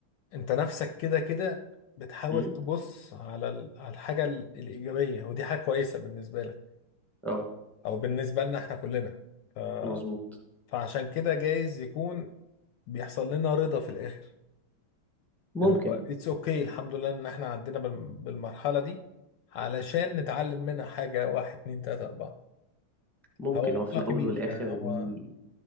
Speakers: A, on the left (about 75°); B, in the centre.
A: انت نفسك كده كده بتحاول
B: امم
A: تبص على ال- على الحاجة ال- الإيجابية ودي حاجة كويسة بالنسبة لك
B: اه
A: او بالنسبة لنا احنا كلنا ف...
B: مظبوط
A: فعشان كده جايز يكون بيحصل لنا رضا في الآخر
B: ممكن
A: اللي هو اتس اوكي okay. الحمد لله ان احنا عدينا بال... بالمرحلة دي علشان نتعلم منها حاجة واحد اتنين تلاتة أربعة
B: ممكن
A: هو موضوع
B: هو في الاول
A: كبير
B: والاخر
A: يعني هو
B: دي